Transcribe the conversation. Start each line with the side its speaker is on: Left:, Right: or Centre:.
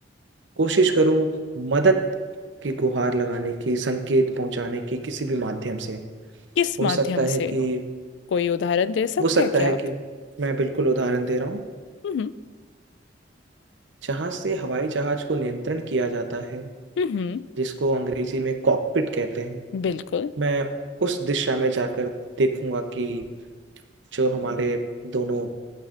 Right: कोशिश करूं मदद की गुहार लगाने की संकेत पहुंचाने की किसी भी माध्यम से
Left: किस
Right: हो
Left: माध्यम
Right: सकता है
Left: से
Right: कि
Left: कोई उदाहरण दे सकते
Right: हो सकता
Left: हैं क्या
Right: है
Left: आप
Right: कि मैं बिल्कुल उदाहरण दे रहा हूँ
Left: हम्म
Right: जहाँ से हवाई जहाज को नियंत्रण किया जाता है
Left: हम्म हम्म,
Right: जिसको अंग्रेजी में कॉकपिट कहते हैं
Left: बिल्कुल
Right: मैं उस दिशा में जाकर देखूंगा कि जो हमारे दोनों